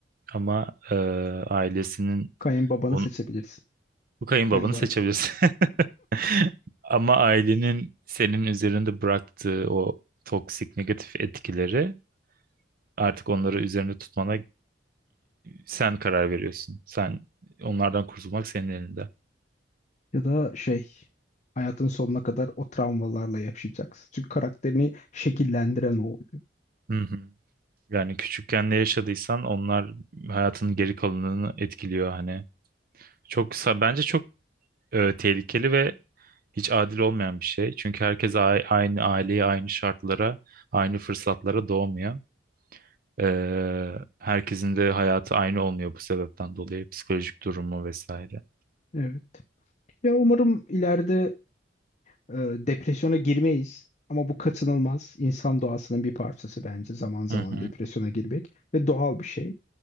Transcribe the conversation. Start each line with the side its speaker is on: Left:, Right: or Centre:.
Right: ama e, ailesinin
Left: Kayınbabanı
Right: on,
Left: seçebilirsin.
Right: Bu kayınbabanı
Left: Kayınvalide.
Right: seçebilirsin. <laughs> Ama ailenin senin üzerinde bıraktığı o toksik negatif etkileri artık onları üzerinde tutmana e, sen karar veriyorsun. Sen onlardan kurtulmak senin elinde.
Left: Ya da şey hayatın sonuna kadar o travmalarla yaşayacaksın. Çünkü karakterini şekillendiren o oluyor.
Right: Hı hı. Yani küçükken ne yaşadıysan onlar hayatının geri kalanını etkiliyor hani. Çok sa- bence çok e, tehlikeli ve hiç adil olmayan bir şey. Çünkü herkes a- aynı aileye, aynı şartlara, aynı fırsatlara doğmuyor. Ee, herkesin de hayatı aynı olmuyor bu sebepten dolayı psikolojik durumu vesaire.
Left: Evet. Ya umarım ileride e, depresyona girmeyiz. Ama bu kaçınılmaz. İnsan doğasının bir parçası bence zaman zaman
Right: Hı hı,
Left: depresyona girmek ve doğal bir şey.